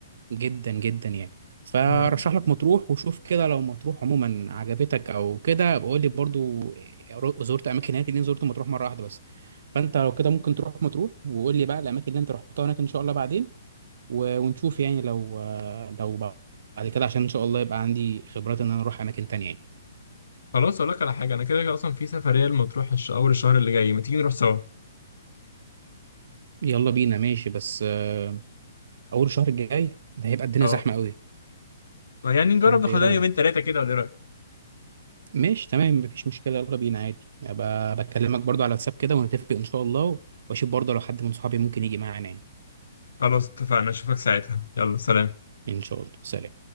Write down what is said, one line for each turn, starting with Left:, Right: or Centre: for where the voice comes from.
Right: جدا جدا يعني فرشح
Left: ما-
Right: لك مطروح وشوف كده لو مطروح عموما عجبتك او كده بقول لي برضو زرت اماكن هناك لان زرت مطروح مره واحده بس فانت لو كده ممكن تروح مطروح وقول لي بقى الاماكن اللي انت رحتها هناك ان شاء الله بعدين و- ونشوف يعني لو لو بعد كده عشان ان شاء الله يبقى عندي خبرات ان انا اروح اماكن تانية يعني
Left: خلاص اقول لك على حاجه انا كده كده اصلا في سفريه لمطروح الش- اول الشهر اللي جاي ما تيجي نروح سوا
Right: يلا بينا ماشي بس آه، اول الشهر الجاي هيبقى الدنيا
Left: اه
Right: زحمه قوي
Left: يعني نجرب
Right: فانت
Left: ناخدها
Right: ايه رايك
Left: يومين ثلاثه كده ولا إيه رأيك؟
Right: ماشي تمام مفيش مشكلة يلا بينا عادي يعني ب- بكلمك برضو على واتساب كده ونتفق إن شاء الله وأشوف برضو لو حد من صحابي ممكن يجي معانا يعني
Left: خلاص اتفقنا اشوفك ساعتها يلا سلام
Right: إن شاء الله سلام